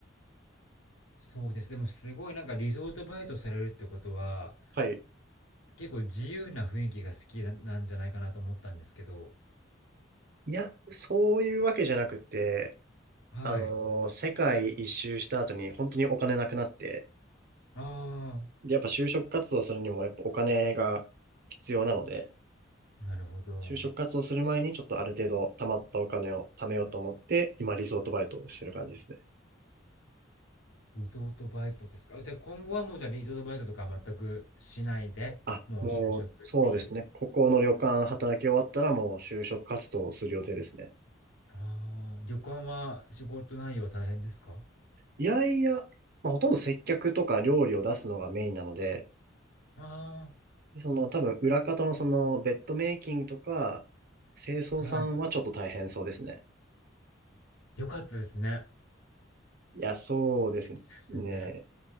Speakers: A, on the left; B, on the right.
A: そうです。でもすごいなんかリゾートバイトされるってことは、
B: はい。
A: 結構自由な雰囲気が好きななんじゃないかなと思ったんですけど。
B: いや、そういうわけじゃなくて、
A: はい。
B: あのー世界一周した後に本当にお金なくなって、
A: あ
B: でやっぱ就職活動するにもやっぱお金が必要なので、
A: あ、なるほど。
B: 就職活動する前にちょっとある程度貯まったお金を貯めようと思って、今リゾートバイトをしてる感じですね。
A: リゾートバイトですか。じゃあ今後はもうじゃあリゾートバイトとかは全くしないで、
B: あ、
A: もう就職っていう。
B: もう、そうですね。ここの旅館働き終わったらもう就職活動をする予定ですね。
A: ああ、旅館は仕事内容は大変ですか
B: いやいや、まあ、ほとんど接客とか料理を出すのがメインなので、
A: あ
B: でその多分裏方のそのベッドメイキングとか、清掃さんはちょっと大変そうですね。
A: あー、はい。よかったですね。
B: いや、そうですね。
A: 中心で。